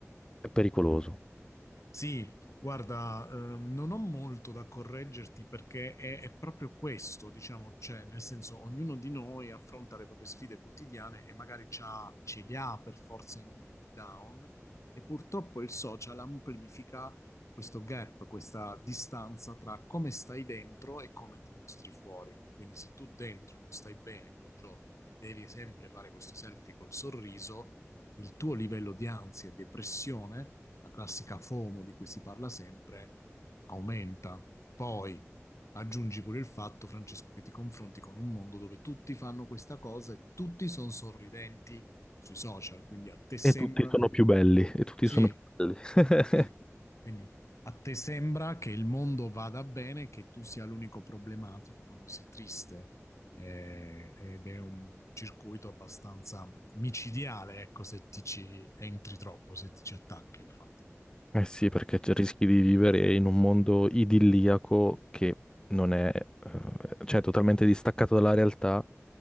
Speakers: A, on the left; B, on the left.
A: è pericoloso.
B: Sì, guarda, ehm, non ho molto da correggerti perché è, è proprio questo, diciamo, cioè, nel senso, ognuno di noi affronta le proprie sfide quotidiane e magari c'ha- ce li ha per forza i momenti down e purtroppo il social amplifica questo gap, questa distanza tra come stai dentro e come ti mostri fuori. Quindi se tu dentro non stai bene quel giorno e devi sempre fare questo selfie col sorriso, il tuo livello di ansia e depressione la classica FOMO di cui si parla sempre, aumenta. Poi aggiungi pure il fatto, Francesco, che ti confronti con un mondo dove tutti fanno questa cosa e tutti sono sorridenti sui social, quindi a te sembra...
A: E tutti sono più belli, e tutti
B: Sì,
A: sono più belli. <laughs>
B: sì, quindi a te sembra che il mondo vada bene e che tu sia l'unico problematico quando sei triste. Eh, ed è un circuito abbastanza micidiale, ecco, se ti ci entri troppo, se ti ci attacchi, infatti.
A: Eh sì, perché c- rischi di vivere in un mondo idilliaco che non è, eh, cioè, totalmente distaccato dalla realtà